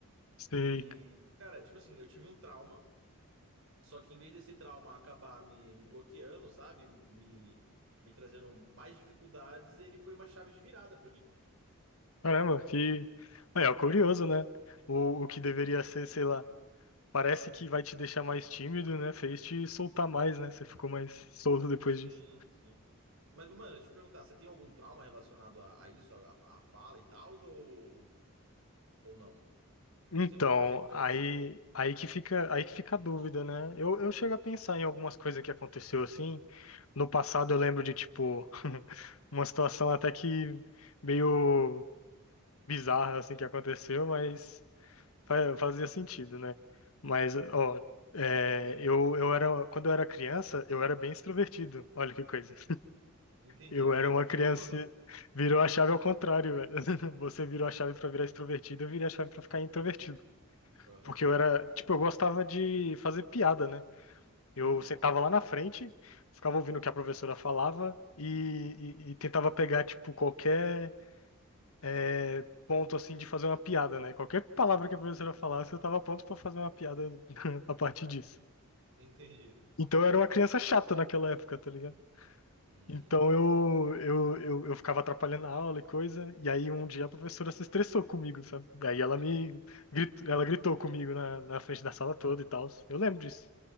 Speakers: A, on the left; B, on the right.
A: sei.
B: E, cara, tipo assim, eu tive um trauma, só que em vez desse trauma acabar me, me bloqueando, sabe? Me, me trazendo mais dificuldades, ele foi uma chave de virada pra mim.
A: Caramba, que. É, é curioso, né? O, o que deveria ser, sei lá, parece que vai te deixar mais tímido, né? Fez te soltar mais, né? Você ficou mais solto depois
B: Sim,
A: disso.
B: sim. Mas, mano, deixa eu perguntar, você tem algum trauma relacionado a, a isso, a, a fala e tal, ou, ou não?
A: Então,
B: Sempre, ou sempre foi
A: aí,
B: assim?
A: aí que fica, aí que fica a dúvida, né? Eu, eu chego a pensar em algumas coisas que aconteceu assim. No passado eu lembro de, tipo, <laughs> uma situação até que meio bizarra assim que aconteceu, mas. Fa- Fazia sentido, né? Mas, ó,
B: Hum,
A: é, eu, eu era, quando eu era criança, eu era bem extrovertido. Olha que coisa.
B: entendi,
A: Eu
B: <laughs> meio
A: era uma
B: que virou.
A: criança,
B: <laughs>
A: virou a chave ao contrário, velho. <laughs> Você virou a chave pra virar extrovertido, eu virei a chave pra ficar introvertido.
B: Aham.
A: Porque eu era, tipo, eu gostava de fazer piada, né? Eu
B: Uhum,
A: sentava lá na frente, ficava ouvindo o que a professora falava e, e e tentava pegar, tipo, qualquer é, ponto assim de fazer uma piada, né? Qualquer palavra que a professora falasse, eu tava pronto pra fazer uma piada <laughs> a partir disso.
B: entendi.
A: Então eu era uma criança chata naquela época, tá ligado?
B: Hum,
A: Então eu, eu, eu, eu ficava atrapalhando a aula e coisa, e aí um dia a professora se estressou comigo, sabe? E aí ela me gritou, ela gritou comigo na, na frente da sala toda e tal. Eu lembro disso.